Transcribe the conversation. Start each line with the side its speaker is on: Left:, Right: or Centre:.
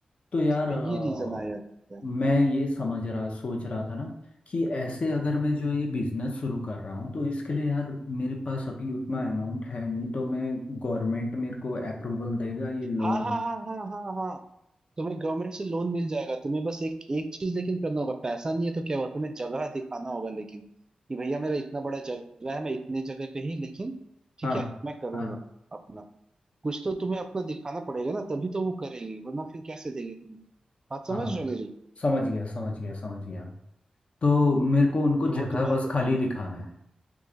Left: तो यार अ,
Right: तो ये रीजन आ जाता है
Left: मैं ये समझ रहा सोच रहा था ना कि ऐसे अगर मैं जो ये बिजनेस शुरू कर रहा हूँ तो इसके लिए यार मेरे पास अभी उतना अमाउंट है नहीं तो मैं गवर्नमेंट मेरे को अप्रूवल देगा ये लोन
Right: हाँ हाँ हाँ हाँ हाँ हाँ तुम्हें गवर्नमेंट से लोन मिल जाएगा तुम्हें बस एक एक चीज लेकिन करना होगा पैसा नहीं है तो क्या हुआ तुम्हें जगह दिखाना होगा लेकिन कि भैया मेरा इतना बड़ा जगह है मैं इतने जगह पे ही लेकिन ठीक
Left: हाँ
Right: है मैं करूंगा
Left: हाँ
Right: अपना कुछ तो तुम्हें अपना दिखाना पड़ेगा ना तभी तो वो करेंगे वरना फिर कैसे देंगे तुम्हें बात समझ
Left: हाँ
Right: रहे हो मेरी
Left: समझ गया समझ गया समझ गया तो मेरे को उनको
Right: कि वो
Left: जगह
Right: तुम्हें
Left: बस खाली दिखाना है